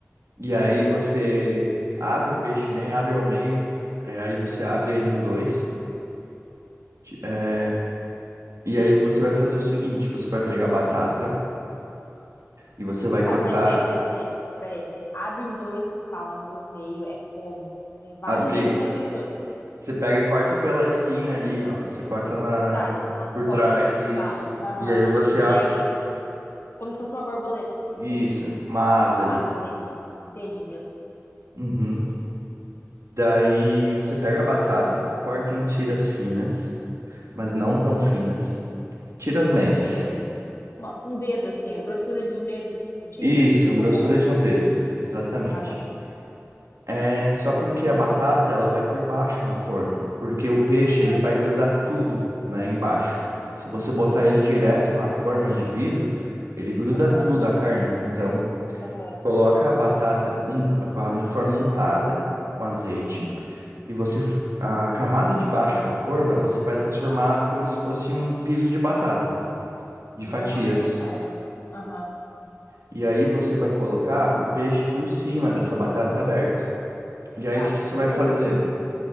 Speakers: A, on the right; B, on the left.
A: E aí
B: Uhum.
A: você abre o peixe bem, abre ao meio, é, aí você abre ele em dois. É, E aí você vai fazer o seguinte, você vai pegar a batata e você vai
B: Tá,
A: cortar,
B: peraí, peraí, peraí, peraí. Peraí, peraí. Abre em dois, se fala abrir um meio, é como? Tem vários
A: abrir
B: jeitos de abrir em dois.
A: Você pega e corta pela espinha ali, ó. Você corta na
B: Por trás, pelas
A: por
B: costas,
A: trás, isso.
B: tá? Aham.
A: E aí você
B: E
A: abre,
B: daí você. Como se fosse uma borboleta de
A: isso,
B: peixe.
A: uma asa
B: Tá,
A: ali.
B: Ah, entendi. Entendi, beleza.
A: Uhum. Daí você pega a batata, corta em tiras finas, mas
B: Uhum.
A: não tão finas. Tiras médias.
B: Ah, Meu Deus. Uma- um dedo, assim, a grossura de um dedo, um centímetro.
A: Isso, grossura
B: Tá bom,
A: de um dedo, exatamente.
B: tá bom.
A: É só porque a batata ela vai por baixo na forma, porque o peixe
B: Aham,
A: ele vai grudar tudo, né, embaixo. Se você botar
B: aham,
A: ele direto na forma de vidro, ele gruda
B: aham,
A: tudo a carne. Então
B: aham.
A: Coloca a batata un- com a- na forma untada com azeite e você f- a camada de baixo da forma você vai transformar como se fosse um piso de batata, de
B: Nossa,
A: fatias.
B: caramba. Aham,
A: E aí você vai colocar o peixe por cima dessa batata aberta. E aí
B: tá,
A: o que que você
B: beleza.
A: vai fazer?